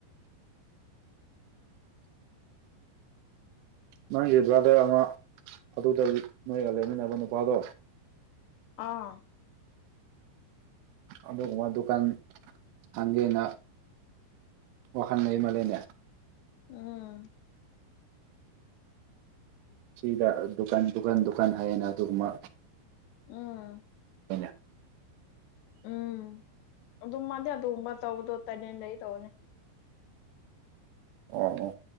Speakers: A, on the right (about 85°); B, on the left (about 80°).
A: ꯅꯪꯒꯤ ꯕ꯭ꯔꯥꯗꯔ ꯑꯃ ꯑꯗꯨꯗ ꯅꯣꯏꯒ ꯂꯩꯃꯤꯟꯅꯕ ꯅꯨꯄꯥꯗꯣ
B: ꯑꯥ
A: ꯑꯗꯨꯒꯨꯝꯕ ꯗꯨꯀꯥꯟ ꯍꯥꯡꯒꯦꯅ ꯋꯥꯈꯜ ꯂꯩꯃꯜꯂꯦꯅꯦ
B: ꯎꯝ
A: ꯁꯤꯗ ꯗꯨꯀꯥꯟ ꯗꯨꯀꯥꯟ ꯗꯨꯀꯥꯟ ꯍꯥꯏꯌꯦꯅ ꯑꯗꯨꯒꯨꯝꯕ
B: ꯎꯝ
A: ꯂꯩꯅꯦ
B: ꯎꯝ ꯑꯗꯨꯝ ꯑꯗꯨꯒꯨꯝꯕ ꯇꯧꯗꯣ ꯇꯜꯂꯦꯟ ꯂꯩ ꯇꯧꯅꯦ
A: ꯎꯝ ꯎꯝ